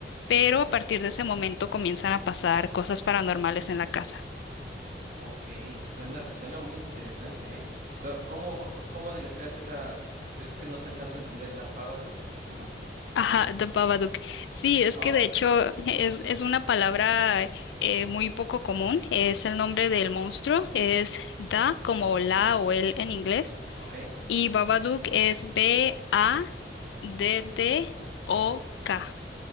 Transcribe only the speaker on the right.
ok, suena, suena muy interesante, ¿eh? Co- ¿Cómo, cómo deletreas esa? Es que no te alcanzo a entender, ¿da Babadook? ¿Cómo?
Oh,
de,
ok,
ok,